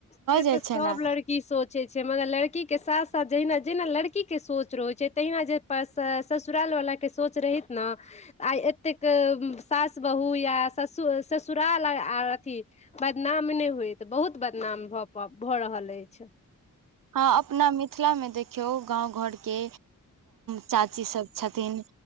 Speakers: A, on the left; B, on the right.
A: से तऽ
B: जाइ
A: सब
B: छै ने
A: लड़की सोच प मगर लड़की के साथ साथ जहिना जेहिना लड़की के सोच रहैत छै तहिना जे ससुराल वाला के सोच रहित न आय एतेक सास बहू या ससु ससुराल अथी बदनाम नय होय तऽ बहुत बदनाम भ भऽ रहल ऐछ
B: हँ अपना मिथिला मे देखियौ गाँव घर के चाची सब छथिन